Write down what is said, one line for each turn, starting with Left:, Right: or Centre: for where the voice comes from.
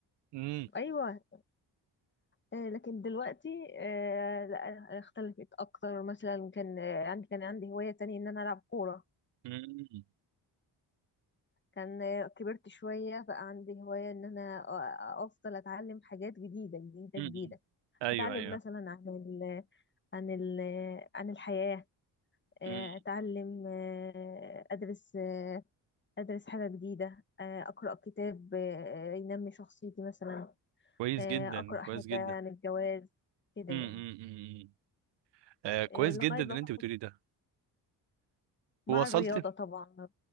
Right: امم
Left: ايوه آه، لكن دلوقتي آه، لا اختلفت اكتر مثلا كان آه، عندي كان عندي هواية تانية ان انا العب كورة
Right: امم
Left: كان آه، كبرت شوية بقى عندي هواية ان انا أ- افضل اتعلم حاجات جديدة جديدة
Right: امم
Left: جديدة
Right: ايوه
Left: اتعلم
Right: ايوه
Left: مثلا عن ال عن ال عن الحياة آه،
Right: امم
Left: اتعلم آه، ادرس آه، ادرس حاجة جديدة آه، اقرأ كتاب آه، ينمي شخصيتي مثلا
Right: كويس
Left: آه،
Right: جدا
Left: اقرأ حاجة
Right: كويس جدا
Left: عن الجواز كده
Right: امم
Left: يعني
Right: امم آه كويس
Left: آه، لغاية
Right: جدا
Left: بقى
Right: ان انت بتقولي ده ووصلت
Left: مع الرياضة طبعا